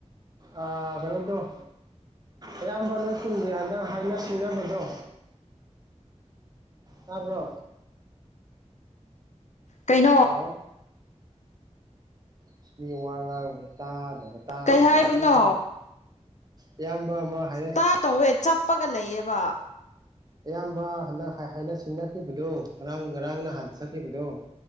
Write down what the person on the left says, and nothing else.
ꯀꯩꯅꯣ
ꯀꯩ ꯍꯥꯏꯕꯅꯣ
ꯇꯥ ꯇꯧꯋꯦ ꯆꯞꯄꯒ ꯂꯩꯌꯦꯕ